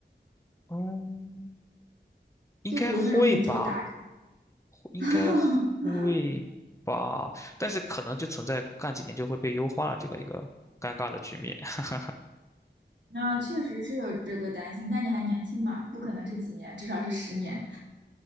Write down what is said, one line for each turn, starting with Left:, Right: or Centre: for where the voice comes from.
Left: 嗯，应该会吧。
Right: 就比如那种宇宙大厂，
Left: 应该会吧，
Right: <laughs>
Left: 但是可能就存在干几年就会被优化了这个一个尴尬的局面。<laughs>
Right: 那确实是有这个担心，那你还年轻嘛，不可能是几年，至少是十年。